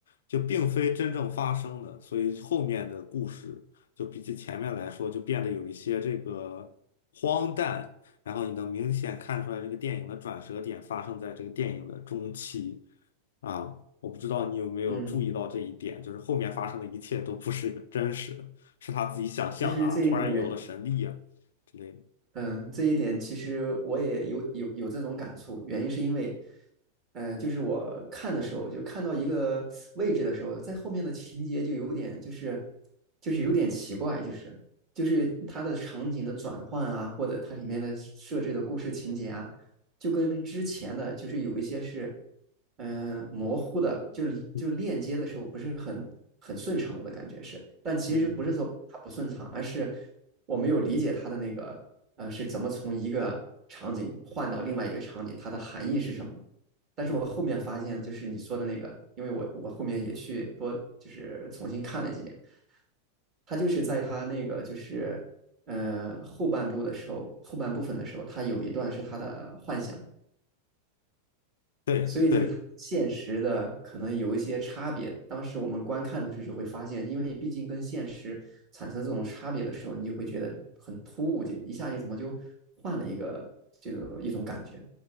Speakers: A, on the left; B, on the right.
A: 就并非真正发生的。所以后面的故事就比起前面来说，就变得有一些这个荒诞。然后你能明显看出来，这个电影的转折点发生在这个电影的中期啊。我不知道你有没有注意到这一点，
B: 嗯，
A: 就是后面发生的一切都不是一个真实的，是他自己想象的啊，
B: 其实这一点，
A: 突然有了神力啊。之类的。
B: 嗯，这一点其实我也有有有这种感触，原因是因为，嗯、就是我看的时候，就看到一个位置的时候，在后面的情节就有点就是就是有点奇怪，就是就是它的场景的转换啊，或者它里面的设置的故事情节啊，就跟之前的就是有一些是，嗯、呃模糊的，就是就链接的时候不是很很顺畅，
A: 嗯
B: 我的感觉是，但其实不是说它不顺畅，
A: 嗯
B: 而是我没有理解它的那个呃是怎么从一个场景换到另外一个场景，它的含义是什么。但是我后面发现，
A: 嗯，
B: 就是你说的那个，因为我我后面也去多就是重新看了几遍，他就是在他那个就是呃后半部的时候，后半部分的时候，他有一段是他的幻想，
A: 对对
B: 所以就是它跟现实的可能有一些差别。当时我们观看的时候就会发现，因为毕竟跟现实产生这种差别的时候，你就会觉得很突兀，就一下就怎么就换了一个这种一种感觉。